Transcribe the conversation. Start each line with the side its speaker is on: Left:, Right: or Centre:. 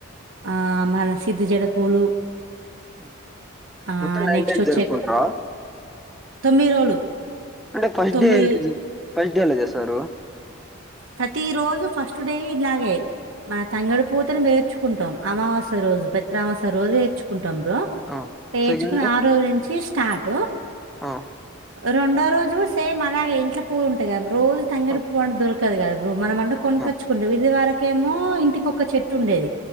Right: ఆ మళ్ళా సిద్ధజడ పూలు
Centre: ఉమ్
Right: ఆ
Centre: మొత్తం నైన్
Right: నెక్స్ట్
Centre: డేస్ జరుపుకుంటార
Right: చెక్ తొమ్మిది రోజులు
Centre: అంటే ఫస్ట్
Right: తొమ్మిది
Centre: డే ఎట్ల్ ఫస్ట్ డే ఎలా చేస్తారు
Right: ప్రతి రోజు ఫస్ట్ డే ఇలాగే మన తంగడి పూతను పేర్చుకుంటాం అమావాస్య రోజు పెత్ర అమావాసయ రోజు పేర్చుకుంటాం బ్రో
Centre: ఆ
Right: పేర్చుకుని
Centre: సెకండ్ డే
Right: ఆరోజు నుంచి స్టాటు
Centre: ఆ
Right: రెండో రోజు కూడా సేమ్ అలాగే ఇంట్లో పవ్వు ఉంటయిగదా బ్రో రోజు తంగిడి
Centre: ఆ
Right: పువ్వంట దొరక కదా బ్రో మన అంటే కొనక్కొచ్చుకుంట
Centre: ఆ
Right: ఇది వరకి కేమో ఇంటికి ఒక చెట్టు ఉండేది